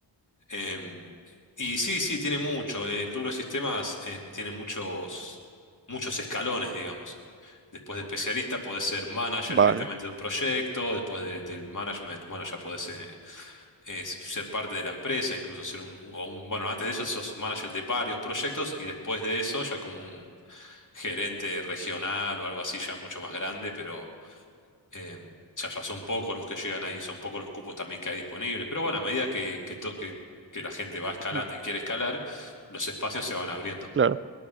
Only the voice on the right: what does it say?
vale,
ujú,
claro,